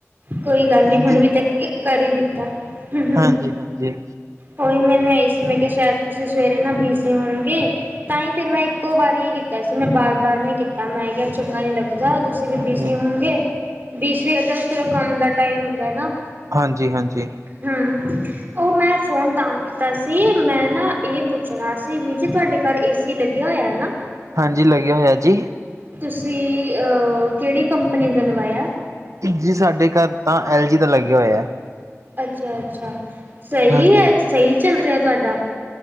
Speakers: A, on the right; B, on the right.
A: ਕੋਈ ਗੱਲ
B: ਹਾਂਜੀ
A: ਨੀ ਹੁਣ ਵੀ ਤ ਕਰੀ ਦਿੱਤਾ ਹਮ ਹਮ
B: ਹਾਂਜੀ ਹਾਂਜੀ
A: ਉਹੀ ਮੈਨੂੰ ਇਹੀ ਸੀ ਮੈਂ ਕਿਹਾ ਸ਼ਾਇਦ ਤੁਸੀਂ ਸਵੇਰੇ ਨਾ ਬਿਜ਼ੀ ਹੋਣਗੇ ਤਾਂ ਹੀ ਫੇਿਰ ਮੈਂ ਇੱਕੋ ਵਾਰੀ ਵੈਸੇ ਮੈਂ ਬਾਰ ਬਾਰ ਨਹੀਂ ਕੀਤਾ ਮੈਂ ਕਿਹਾ ਚੰਗਾ ਨੀ ਲੱਗਦਾ ਤੁਸੀਂ ਵੀ
B: ਹਾਂਜੀ
A: ਬੀ ਸੀ
B: ਹਾਂਜੀ
A: ਹੁਣ ਵੀਸਵੇ ਫਿਰੋ ਕੰਮ ਦਾ ਟਾਈਮ ਹੁੰਦਾ ਨਾ
B: ਹਾਂਜੀ ਹਾਂਜੀ
A: ਹੂੰ ਉਹ ਮੈਂ ਫੋਨ ਤਾਂ ਕੀਤਾ ਸੀ ਮੈਂ ਨਾ ਇਹ ਪੁੱਛਣਾ ਸੀ ਵੀਰ ਜੀ ਤੁਹਾਡੇ ਘਰ ਇਸ ਏਸੀ ਲੱਗਿਆ ਹੋਇਆਾ
B: ਹਾਂਜੀ ਲੱਗਿਆ ਹੋਇਆ ਜੀ।
A: ਤੁਸੀਂ ਕਿਹੜੀ ਕੰਪਨੀ ਦਾ ਲਵਾਇਆ
B: ਜੀ ਸਾਡੇ ਘਰ ਤਾਂ ਐੱਲ ਜੀ ਦਾ ਲੱਗੇਿਆ ਹੋਇਆ ਹੈ
A: ਅੱਛਾ ਅੱਛਾ ਸਹੀ
B: ਹਾਂਜੀ
A: ਹੈ ਸਹੀ ਚੱਲ ਰਿਹਾ ਤੁਹਾਡਾ